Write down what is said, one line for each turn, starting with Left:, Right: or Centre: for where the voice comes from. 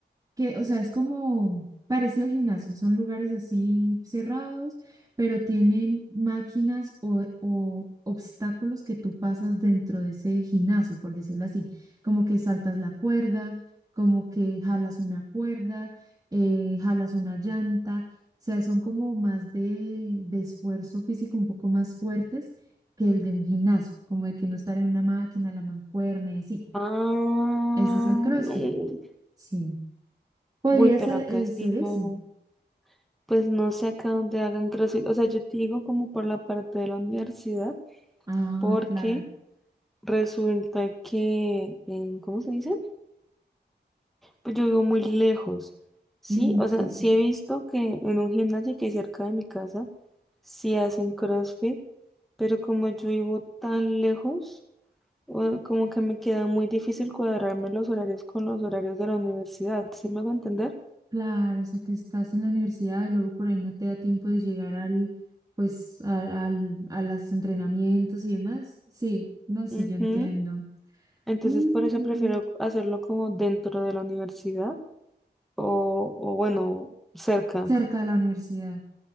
Right: que, o sea, es como parecido al gimnasio, son lugares así cerrados, pero tienen máquinas o, o obstáculos que tú pasas dentro de ese gimnasio, por decirlo así, como que saltas la cuerda, como que jalas una cuerda, eh, jalas una llanta, o sea, son como más de, de esfuerzo físico un poco más fuertes que el de un gimnasio, como de que no estar en una máquina, la mancuerna y así.
Centre: Ah, mm,
Right: Ese es el CrossFit. Sí. Podría
Centre: uy, pero
Right: ser,
Centre: acá
Right: eh,
Centre: sí
Right: ser
Centre: no.
Right: ese.
Centre: Pues no sé acá dónde hagan CrossFit. O sea, yo te digo como por la parte de la universidad,
Right: Ah,
Centre: porque
Right: claro.
Centre: resulta que, em, ¿cómo se dice? Pues yo vivo muy lejos. Sí,
Right: Mm,
Centre: o
Right: sí,
Centre: sea,
Right: sí.
Centre: sí he visto que en un gimnasio que hay cerca de mi casa, sí hacen CrossFit, pero como yo vivo tan lejos, o- como que me queda muy difícil cuadrarme los horarios con los horarios de la universidad. ¿Sí me hago entender?
Right: Claro, o sea que estás en la universidad y luego por ahí no te da tiempo de llegar al, pues, a, al, a los entrenamientos y demás. Sí, no, sí,
Centre: Ujú.
Right: yo entiendo.
Centre: Entonces,
Right: Mm,
Centre: por eso
Right: ujú.
Centre: prefiero hacerlo como dentro de la universidad o, o bueno, cerca,
Right: Cerca de la universidad.